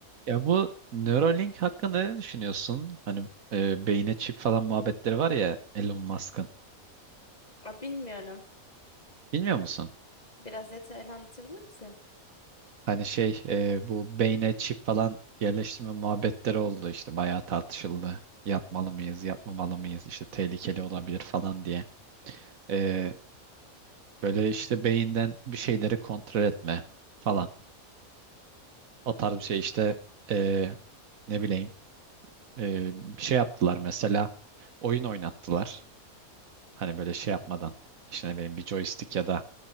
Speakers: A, on the right; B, on the left.
A: Ya bu Neuralink hakkında ne düşünüyorsun? Hani e, beyne çip falan muhabbetleri var ya Elon Musk'ın.
B: Aa, bilmiyorum.
A: Bilmiyor musun?
B: Biraz detaylı anlatabilir misin?
A: Hani şey e, bu beyne çip falan yerleştirme muhabbetleri oldu işte bayağı tartışıldı. Yapmalı mıyız, yapmamalı mıyız? İşte tehlikeli olabilir falan diye. E, böyle işte beyinden bir şeyleri kontrol etme falan. O tarz bir şey işte e, ne bileyim e, bir şey yaptılar mesela oyun oynattılar. Hani böyle şey yapmadan işte ne bileyim bir joystick ya da